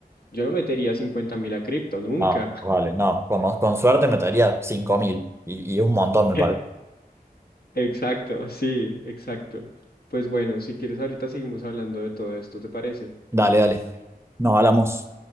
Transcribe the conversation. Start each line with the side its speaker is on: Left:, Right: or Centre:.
Left: yo no metería cincuenta mil a cripto, nunca.
Right: no, vale, no, como, con suerte metería 5.000 y, y un montón, me
Left: <laughs>
Right: parece.
Left: Exacto, sí, exacto. Pues bueno, si quieres ahorita seguimos hablando de todo esto, ¿te parece?
Right: Dale, dale. Nos hablamos.